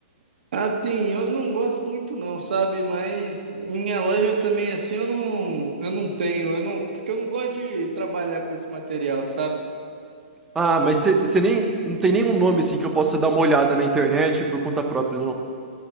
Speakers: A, on the right; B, in the centre.
A: Assim, eu não gosto muito não, sabe? Mas em minha loja também, assim, eu não, eu não tenho, eu não, porque eu não gosto de trabalhar com esse material, sabe?
B: Ah, mas você você nem não tem nenhum nome, assim, que eu possa dar uma olhada na internet por conta própria, não?